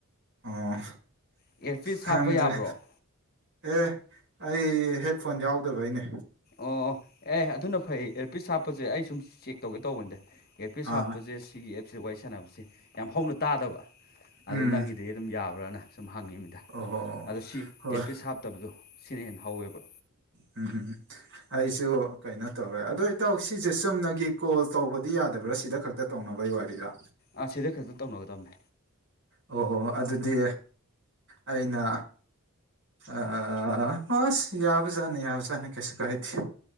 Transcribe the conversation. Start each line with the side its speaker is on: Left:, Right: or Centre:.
Right: ꯑꯣ
Left: ꯑꯦꯌꯔꯄꯤꯁ
Right: ꯈꯪꯗ꯭ꯔꯦ
Left: ꯍꯥꯞꯄ ꯌꯥꯕ꯭ꯔꯣ
Right: ꯑꯦ ꯑꯩ ꯍꯦꯠꯐꯣꯟ ꯌꯥꯎꯗꯕꯩꯅꯦ
Left: ꯑꯣ ꯑꯦ ꯑꯗꯨꯅ ꯐꯩ ꯏꯌꯔꯄꯤꯁ ꯍꯥꯞꯄꯁꯦ ꯑꯩ ꯁꯨꯝ ꯆꯦꯛ ꯇꯧꯒꯦ ꯇꯧꯕꯅꯤꯗ ꯏꯌꯔꯄꯤꯁ
Right: ꯑꯥ
Left: ꯍꯥꯞꯄꯖꯦ ꯁꯤꯒꯤ ꯑꯦꯞꯁꯦ ꯋꯥꯔꯤ ꯁꯥꯟꯅꯕꯁꯦ ꯌꯥꯝ ꯍꯧꯅ ꯇꯥꯗꯕ ꯑꯗꯣ
Right: ꯎꯝ
Left: ꯅꯪꯒꯤ ꯁꯤꯗꯩ ꯑꯗꯨꯝ ꯌꯥꯕ꯭ꯔꯅ ꯁꯨꯝ ꯍꯪꯉꯤ ꯅꯤꯗ
Right: ꯑꯣꯍꯣ
Left: ꯑꯗꯣ ꯁꯤ
Right: ꯍꯣꯏ
Left: ꯏꯌꯔꯄꯤꯁ ꯍꯥꯞꯇꯕꯗꯣ ꯁꯤꯅ ꯍꯦꯟꯅ ꯍꯧꯋꯦꯕ
Right: ꯎꯝ ꯎ ꯎꯝ ꯑꯩꯁꯨ ꯀꯩꯅꯣ ꯇꯧꯋꯦ ꯑꯗꯣ ꯏꯇꯥꯎ ꯁꯤꯁꯦ ꯆꯨꯝꯅꯒꯤ ꯀꯣꯜ ꯇꯧꯕꯗꯤ ꯌꯥꯗꯕ꯭ꯔꯥ ꯁꯤꯗ ꯈꯛꯇ ꯇꯧꯅꯕꯩ ꯋꯥꯔꯤꯗ
Left: ꯑꯥ ꯁꯤꯗ ꯈꯛꯇ ꯇꯧꯅꯒꯗꯕꯅꯦ
Right: ꯑꯣꯍꯣ ꯑꯗꯨꯗꯤ ꯑꯩꯅ ꯑ ꯃꯥꯁ ꯌꯥꯕꯖꯅꯤꯦ ꯌꯥꯕꯖꯅꯤ ꯀꯁ ꯀꯥꯏꯇ